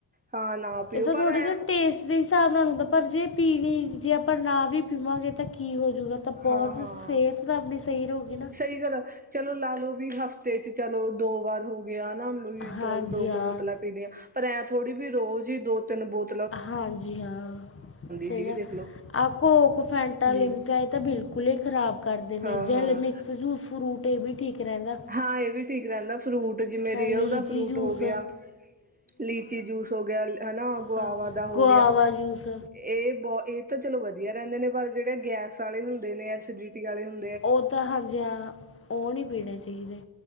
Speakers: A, on the right; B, on the left.
A: ਹਾਂ ਨਾ ਪੀਓ
B: ਇਹਦਾ
A: ਪਰ
B: ਥੋੜ੍ਹਾ
A: ਐ
B: ਜਿਹੇਹਾ ਟੇਸਟ ਜੇ ਹਿਸਾਬ ਨਾਲ ਹੁੰਦਾ, ਪਰ ਜੇ ਪੀਣੀ ਜੇ, ਆਪਾਂ ਨਾ ਵੀ ਪੀਵਾਂਗੇ ਤਾਂ ਕੀ ਹੋਜੂਗਾ। ਤਾਂ ਬਹੁਤ
A: ਹਾਂ ਹਾਂ
B: ਸਿਹਤ ਤਾਂ, ਆਪਣੀ ਸਹੀ ਰਹੂਗੀ ਨਾ।
A: ਸਹੀ ਗੱਲ ਏ। ਚਲੋ, ਲਾ -ਲੋ ਵੀ ਹਫ਼ਤੇ ਚ ਚਲੋ ਦੋ ਵਾਰ ਹੋ। ਵਿਆਹ ਨਾ ਵੀ
B: ਹਾਂਜੀ
A: ਦੋ-ਦੋ
B: ਹਾਂ
A: ਕ ਬੋਤਲਾਂ ਪੀਣੀਆਂ, ਪਰ ਐਂ ਥੋੜ੍ਹੀ ਵੀ ਰੋਜ਼ ਹੀ ਦੋ-ਤਿੰਨ ਬੋਤ
B: ਹਾਂਜੀ ਹਾਂ ਸਹੀ
A: ਸੀਗੀ
B: ਗੱਲ,
A: ਦੇਖਲੋ
B: ਆ ਕੋੋਕ, ਫੈਂਟਾ,
A: ਨੀਲਮ
B: ਲਿਮਕਾ ਤਾਂ, ਬਿਲਕੁਲ ਇ ਖ਼ਰਾਬ ਕਰਦੇ
A: ਹਾਂ
B: ਨੇ,
A: ਹਾਂ
B: ਜਲ ਮਿਕਸ-ਜੂਸ, ਫਰੂਟ ਏ ਵੀ ਠੀਕ ਰੈਨਦਾ।
A: ਹਾਂ, ਏ ਵੀ ਠੀਕ ਰਹਿਦਾ, ਫਰੂਟ ਜਿਵੇਂ ਰੀਅਲ
B: ਲੀਚੀ
A: ਦਾ ਫਰੂਟ
B: ਜੂਸ
A: ਹੋ ਗਿਆ। ਲੀਚੀ ਜੂਸ ਹੋ ਗਿਆ, ਹਨਾ ਗੁਆਵਾ
B: ਹਾਂ
A: ਦਾ ਹੋ
B: ਗੁਆਵਾ
A: ਗਿਆ।
B: ਜੂਸ
A: ਏ ਤਾਂ ਚਲੋ ਵਧੀਆ ਰਿਹਦੇ ਨੇ, ਪਰ ਜੇੜੇ ਗੈਸ ਆਲੇ ਹੁੰਦੇ ਨੇ ਐਸੀਡਿਟੀ ਆਲੇ ਹੁੰ
B: ਔ ਤਾਂ ਹਾਂਜੀ ਹਾਂ, ਔ ਨੀ ਪੀਣੇ ਚਾਈਦੇ।